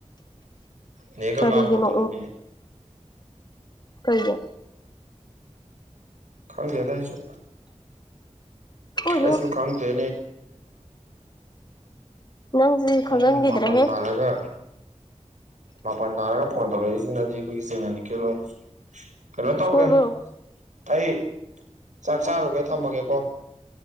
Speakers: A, on the right (about 85°); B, on the left (about 35°).
A: ꯅꯦ ꯒꯪꯒꯥ
B: ꯀꯔꯤꯒꯤꯅꯣ
A: ꯐꯟ ꯇꯧꯔꯛꯑꯝꯃꯤ
B: ꯀꯩꯗꯣ
A: ꯈꯥꯡꯗꯦꯗꯁꯨ
B: ꯁꯣꯏꯔꯣ
A: ꯇꯁꯨ ꯈꯥꯡꯗ
B: ꯅꯪꯁꯤ
A: ꯄꯨꯡ
B: ꯈꯪꯒꯟꯈꯤꯗ꯭ꯔꯦꯍꯦ
A: ꯃꯥꯄꯜ ꯇꯥꯜꯂꯒ ꯃꯥꯄꯜ ꯇꯥꯔꯒ ꯐꯣꯟ ꯇꯧꯔꯛꯏꯁꯤꯅꯗꯤ ꯑꯩꯈꯣꯏꯒꯤ ꯁꯦꯡꯅꯅꯤ ꯀꯦꯜꯂꯣꯏ ꯀꯩꯅꯣ ꯇꯧꯒꯦ
B: ꯁꯣꯏꯕ
A: ꯑꯩ ꯆꯥꯛ ꯆꯥꯔꯨꯒꯦ ꯊꯝꯃꯒꯦꯀꯣ